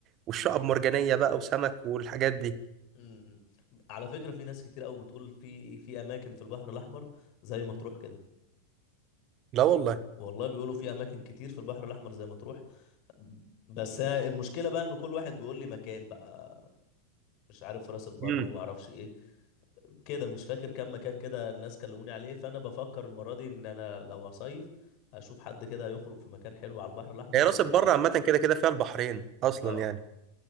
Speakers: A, on the right; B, on the left.
A: والشعب مرجانية بقى وسمك والحاجات دي
B: امم امم. على فكرة في ناس كتير قوي بتقول في في اماكن في البحر الاحمر زي مطروح كده
A: لا والله
B: والله بيقولوا في اماكن كتير في البحر الاحمر زي مطروح بس أنا المشكلة بقى ان كل واحد بيقول لي مكان بقى مش عارف راس البر
A: امم
B: وما اعرفش ايه كده مش فاكر كم مكان كده الناس كلموني عليه فانا بفكر المرة دي ان انا لو هصيف اشوف حد كده يخرج في مكان حلو على البحر الاحمر
A: هي
B: واروح
A: راس البر
B: معاه
A: عامة كده كده فيها البحرين أصلا
B: اه
A: يعني